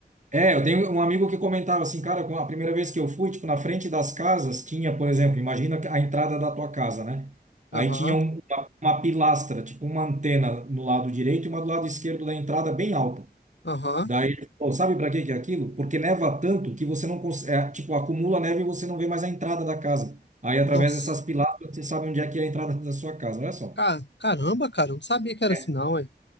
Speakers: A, on the right (about 45°); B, on the left (about 85°).
A: é, eu tenho um amigo que comentava assim, cara, com- a primeira vez que eu fui, tipo, na frente das casas tinha, por exemplo, imagina a entrada da tua casa, né? Aí
B: Aham,
A: tinha um- uma, uma pilastra, tipo uma antena no lado direito e uma do lado esquerdo da entrada bem alta.
B: aham.
A: Daí ele falou, sabe para que que é aquilo? Porque neva tanto que você não consegue, tipo, acumula neve e você não vê mais a entrada da casa. Aí, através
B: Nossa,
A: dessas pilastras, você sabe onde é que é a entrada da sua casa, olha só.
B: Ca- caramba, cara, eu não sabia que era
A: É,
B: assim, não, hein?